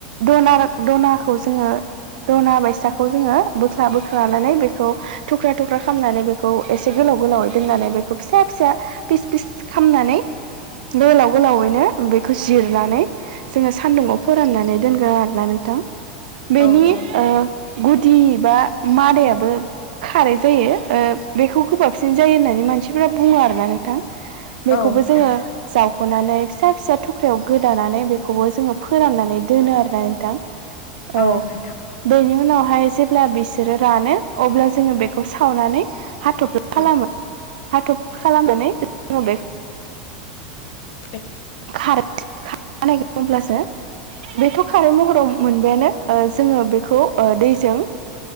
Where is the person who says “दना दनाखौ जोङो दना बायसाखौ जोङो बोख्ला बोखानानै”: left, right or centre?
Right